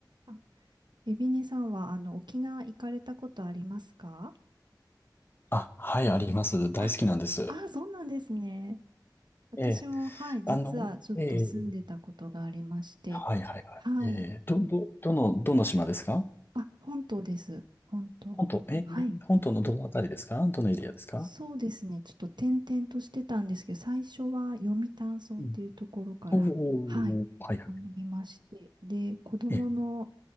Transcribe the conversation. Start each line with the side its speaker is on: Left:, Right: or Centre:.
Right: あエビネさんは、あの、沖縄行かれたことありますか
Left: あ、はい、あります。大好きなんです。
Right: あ、あ、そうなんですね。私も、
Left: ええ、
Right: はい、実はちょっと住んでたことがありまして、
Left: あの、ええ、はいはいはい。
Right: はい。
Left: ええ、ど、ど、どの、どの島ですか
Right: あ、本島です。本島。
Left: 本島、ええ、
Right: はい。
Left: 本島のどのあたりですかどのエリアですか
Right: えそうですね。ちょっと転々としてたんですけど、最初は読谷村っていうところから、
Left: うん。お
Right: はい、
Left: お、はいはい。
Right: ありまして、で、子供の、
Left: ええ、